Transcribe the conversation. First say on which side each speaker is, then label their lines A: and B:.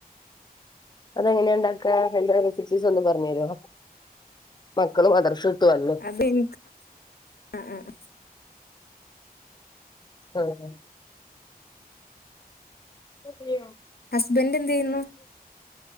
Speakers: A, on the left; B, on the left.
A: അതെങ്ങനെയ ണ്ടാക്ക അത് ന്റെ റെസ്പീസ് ഒന്ന് പറഞ്ഞു തരോ മക്കള് മദ്രസ വിട്ട് വന്നു
B: അത് ഇൻക് ആഹ് ആഹ്
A: ആഹ് മതിയോ
B: ഹസ്ബൻഡ് എന്ത് ചെയ്യുന്നു